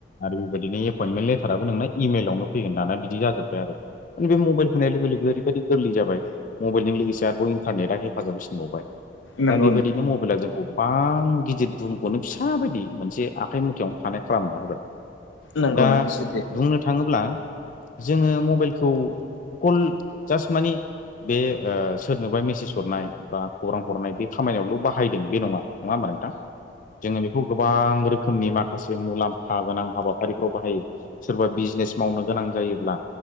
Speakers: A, on the left (about 45°); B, on the left (about 80°).
A: आरो बेबायदिनो एपइन्टमेन्ट लेटाराबो नोंना इमेलावनो फैगोन दाना बिदि जाजोब्बाय आरो बे मबाइल होनाय लोगो लोगो ओरैबायदि गोरलै जाबाय मबाइलजों लोगोसे आरोबाव इन्टारनेटआ हेफाजाब होसिनबावबाय
B: नंगौ
A: दा बेबायदिनो
B: नोंथां
A: मबेल मबाइला जोंखौ गोबां गिदिर बुहुमखौनो फिसा बायदि मोनसे आखाइ मुथायावनो थानाय खालामना होबाय।
B: नंगौ
A: दा
B: नोंथां सैथो
A: बुंनो थाङोब्ला जोङो मबाइलखौ अकल जास मानि बे ओ सोरनोबा मेसेज हरनाय बा खौरां हरनाय बे खामानियावल' बाहायदों बे नङा नङा होमबा नोंथां। जोङो बेखौ गोबां रोखोमनि माखासे मुलाम्फा गोनां हाबाफारिफ्राव बाहायो सोरबा बिजनेस मावनो गोनां जायोब्ला